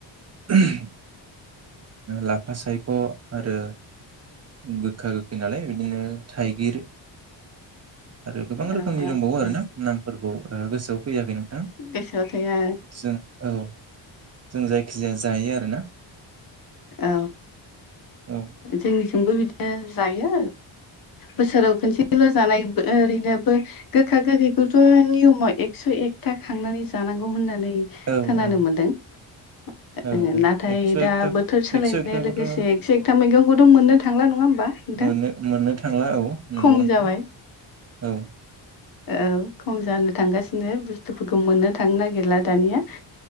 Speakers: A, on the right; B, on the left.
A: <unintelligible> लाफा सायख' आरो गोखा गोखै नालाय बिदिनो थाइगिर आरो गोबां
B: औ
A: रोखोमनि दंबावो आरो ना। नामफोरखौ ओं गोसोआव फैयाखै नोंथां
B: गोसोआव थाया
A: जों औ जों जायखिजाया जायो आरोना।
B: औ
A: औ
B: जोंनिजोंबो बि जायो बोसोराव खनसेल' जानाय ओरैनोबो गोखा गोखै बेखौथ' नियमाव एकस' एकथा खांनानै जानांगौ होननानै
A: औ
B: खोनानो
A: औ
B: मोनदों
A: औ औ
B: नाथाय
A: एकस'
B: दा
A: एकथा
B: बो थोर सोलायनाय
A: एकस' एकथाखौथ'
B: लोगोसे एकस' एकथा मैगंखौथ' मोननो थांला नङा नोंथां
A: मोन-मोननो थांला औ नंगौ
B: खम
A: नंथां
B: जाबाय
A: औ
B: औ खम जानो थांगासिनो बुस्थुफोरखौ मोननो थांनो नागिरला दानिया।